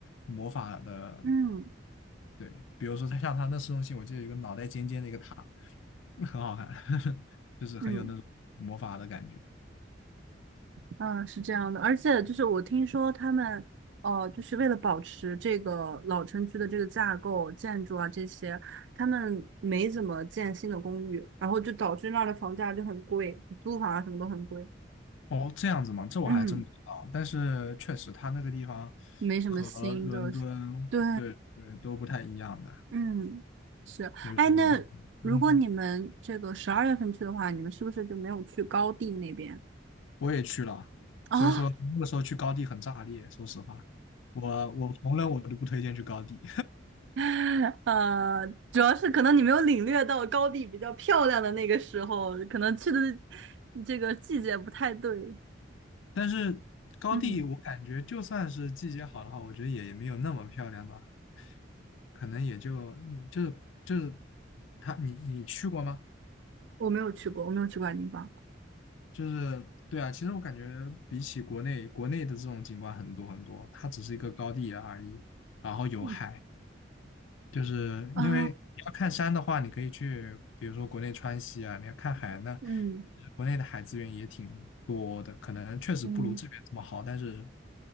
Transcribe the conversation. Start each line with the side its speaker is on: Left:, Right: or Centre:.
Left: 魔法的，
Right: 嗯
Left: 对，比如说它像它那市中心，我记得有个脑袋尖尖的一个塔，很好看，<laughs> 就是很有那种魔法的感觉。
Right: 嗯。嗯，是这样的，而且就是我听说他们，哦，就是为了保持这个老城区的这个架构、建筑啊这些，他们没怎么建新的公寓，然后就导致那儿的房价就很贵，租房啊什么都很贵。
Left: 哦，这样子吗？这我还真不知道，
Right: 嗯，
Left: 但是确实它那个地方
Right: 没什么新的，
Left: 和伦敦，
Right: 对，
Left: 对对，都不太一样的，
Right: 嗯，是。
Left: 所以说我，
Right: 哎，那如果你们这个十二月份去的话，
Left: 嗯。
Right: 你们是不是就没有去高地那边？
Left: 我也去了，
Right: 哦，
Left: 所以说那个时候去高地很炸裂。说实话，我我红人我都不推荐去高地，
Right: <laughs> 呃，主要是可能你没有领略到高地比较漂亮的那个时候，可能去的这个季节不太对。
Left: <laughs> 但是高地我感觉就算是季节好的话，
Right: 嗯，
Left: 我觉得也也没有那么漂亮吧，可能也就就就是他你你去过吗？
Right: 我没有去过，我没有去过爱丁堡。
Left: 就是对啊，其实我感觉比起国内国内的这种景观很多很多，它只是一个高地而已，然后有海。
Right: 嗯
Left: 就是因为你要看山的话，
Right: 啊，
Left: 你可以去，比如说国内川西啊；你要看海呢，
Right: 嗯
Left: 国内的海资源也挺多的，可能确实不如这边这么好，
Right: 嗯，
Left: 但是